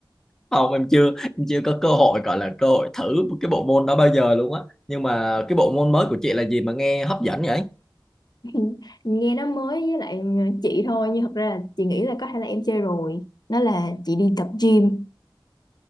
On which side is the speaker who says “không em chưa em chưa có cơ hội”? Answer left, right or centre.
Centre